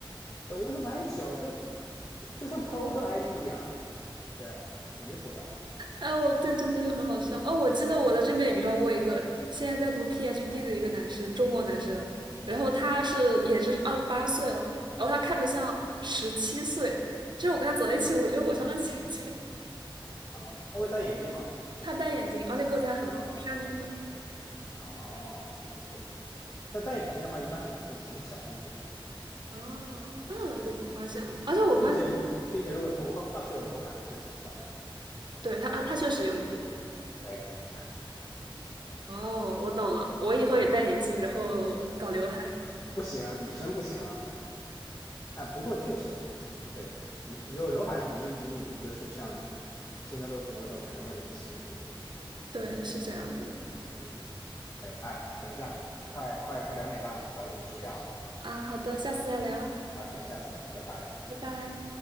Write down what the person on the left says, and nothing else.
对，我们说买酒，就就就像偷的 ID 一样，对，很离谱的。
啊，他会戴眼镜吗？
啊，
哦，嗯，确实，但戴眼镜的话，一般可能会显小一点点，
对，
并且并且如果头发是有刘海，就会显小一点。
对，你看
不行，女生不行。哎，不过确实，对你你有刘海，肯定比你就是像现在露出额头，肯定会年轻一点点。
嗯，哎哎，等一下，快快快两点半了，我要准备睡觉了。
好 OK，下次聊，拜拜。